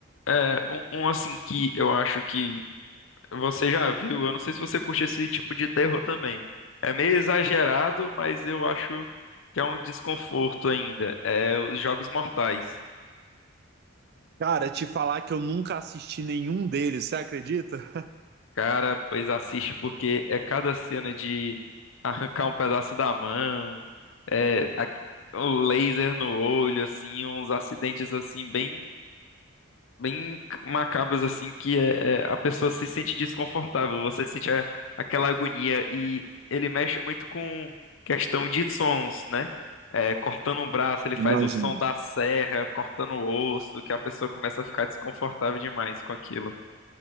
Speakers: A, on the left; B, on the right.
A: é um, um, assim que eu acho que você já viu. Eu não sei se você curte esse tipo de terror também. É meio exagerado, mas eu acho que é um desconforto ainda. É os Jogos Mortais.
B: Cara, te falar que eu nunca assisti nenhum deles, você acredita?
A: Cara, pois assiste porque é cada cena de arrancar um pedaço da mão, é a- o laser no olho, assim, uns acidentes assim bem bem macabros assim que é, é- a pessoa se sente desconfortável, você sente a- aquela agonia e ele mexe muito com questão de sons, né? É, cortando um braço, ele faz
B: Imagina.
A: o som da serra, cortando o osso, que a pessoa começa a ficar desconfortável demais com aquilo.